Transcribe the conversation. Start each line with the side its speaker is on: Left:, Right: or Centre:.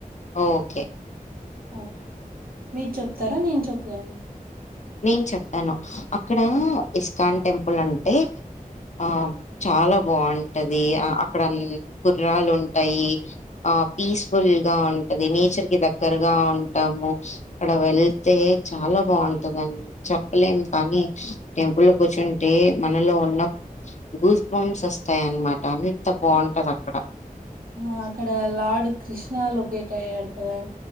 Left: ఓకే
Right: ఆ మీరు చెప్తారా నేను చెప్పగలన
Left: నేను చెప్తాను అక్కడ
Right: ఆ
Left: ఇస్కాన్ టెంపుల్ అంటే ఆ చాలా బాగుంటది అక్కడ గుర్రాలు ఉంటాయి ఆ పీస్ఫుల్ గా ఉంటది నేచర్ కి ద దగ్గరగా ఉంటాము అక్కడ వెళ్తే చాలా బాగుం ని చెప్పలేము కానీ టెంపుల్లో కూర్చుంటే మనలో ఉన్న గూస్ బంస్ వస్తాయిన్నమాట అంత బాగుంటది అక్కడ
Right: ఆ అక్కడ లార్డు కృష్ణ లొకేట్ అయ్యాడు కదా